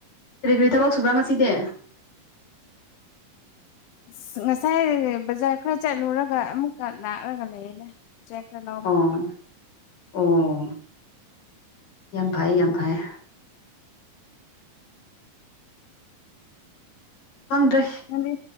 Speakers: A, on the left; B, on the left.
A: ꯀ꯭ꯔꯤ ꯀ꯭ꯔꯤ ꯊꯕꯛ ꯁꯨꯕ꯭ꯔꯥ ꯉꯁꯤꯗꯤ
B: ꯑꯁ ꯉꯁꯥꯏ ꯕꯖꯥꯔ ꯈꯔ ꯆꯠꯂꯨꯔꯒ ꯑꯃꯨꯛꯀ ꯂꯥꯛꯔꯒ ꯂꯩꯌꯦꯗ <unintelligible>
A: ꯑꯥ ꯑꯣ ꯌꯥꯝ ꯐꯩ ꯌꯥꯝ ꯐꯩꯌꯦ ꯈꯪꯗꯦ
B: ꯅꯪꯗꯤ